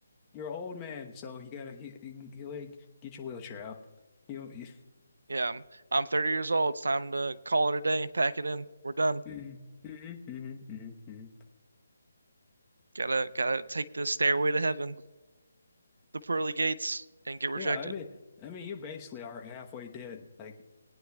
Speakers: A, on the left; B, on the right.
A: You're an old man, so you gotta he, he, he, like get your wheelchair out. You know.
B: Yeah, I'm, I'm 30 years old. It's time to call it a day, pack it in. We're done.
A: hmm hmm hmm hmm
B: Gotta gotta take this stairway to heaven, the pearly gates,
A: <laughs>
B: and get rejected.
A: Yeah, I mean, I mean, you're basically are halfway dead. Like.